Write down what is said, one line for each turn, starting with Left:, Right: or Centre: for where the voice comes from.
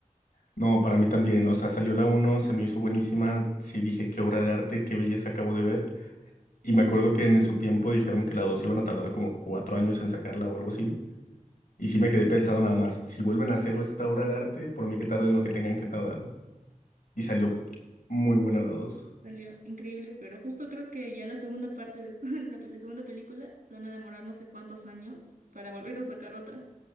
Left: No, para mí también, o sea, salió la uno, se me hizo buenísima, sí dije qué obra de arte, qué belleza acabo de ver. Y me acuerdo que en su tiempo dijeron que la 2 iban a tardar como cuatro años en sacarla o algo así. Y sí me quedé pensando nada más, si vuelven a hacer esta obra de arte, por mí que tarden lo que tengan que tardar. Y salió muy buena la dos.
Right: Salió increíble, pero justo creo que ya la segunda parte de esto, <laughs> la, pe- la segunda película, se van a demorar no sé cuántos años para volver a sacar otra.